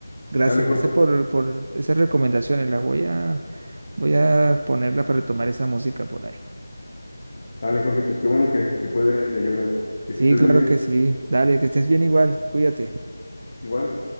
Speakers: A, on the right; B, on the left.
A: Gracias,
B: Dale, Jorge.
A: gracias por, por esas recomendaciones. Las voy a, voy a ponerla para retomar esa música por ahí.
B: Dale, Jorge, pues qué bueno que, que fue de, de ayuda. Que
A: Sí,
B: estés
A: claro
B: muy bien.
A: que sí. Dale, que estés bien igual. Cuídate.
B: Igual.